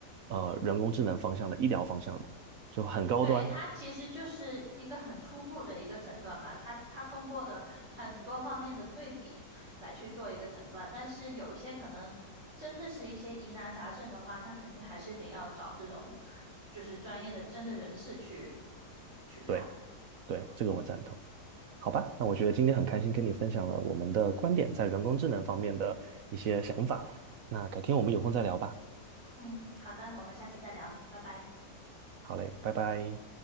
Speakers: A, on the right; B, on the right.
A: 呃人工智能方向的医疗方向的，就很高端。
B: 对，它其实就是一个很初步的一个诊断嘛，它它通过的很多方面的对比来去做一个诊断，但是有一些可能真的是一些疑难杂症的话，那肯定还是得要找这种就是专业的真的人士去去看。
A: 对对，这个我赞同。好吧，那我觉得今天很开心跟你分享了我们的观点在人工智能方面的一些想法。那改天我们有空再聊吧。
B: 嗯，好的，我们下次再聊，拜拜。
A: 好嘞，拜拜。